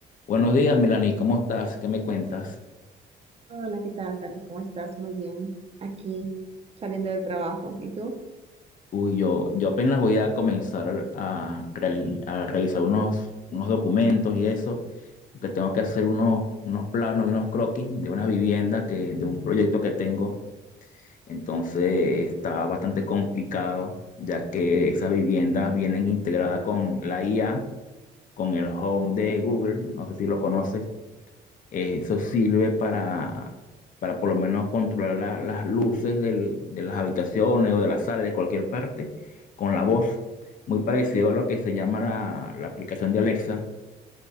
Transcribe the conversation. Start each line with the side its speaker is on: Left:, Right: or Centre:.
Left: Buenos días, Melanie, ¿cómo estás? ¿Qué me cuentas?
Right: Hola, ¿qué tal, Carlos? ¿Cómo estás? Muy bien. Aquí saliendo del trabajo. ¿Y tú?
Left: Uy, yo, yo apenas voy a comenzar a, reali- a revisar unos, unos documentos y eso, que tengo que hacer unos, unos planos y unos croquis de una vivienda que, de un proyecto que tengo. Entonces está bastante complicado, ya que esas viviendas vienen integradas con la IA, con el Home de Google, no sé si lo conoces. Eh, Eso sirve para, para por lo menos controlar la- las luces del- de las habitaciones o de la sala, de cualquier parte, con la voz. Muy parecido a lo que se llama la, la aplicación de Alexa,